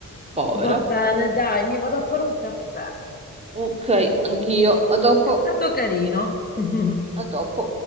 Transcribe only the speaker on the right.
Povera.
Ok, anch'io. A dopo.
A dopo.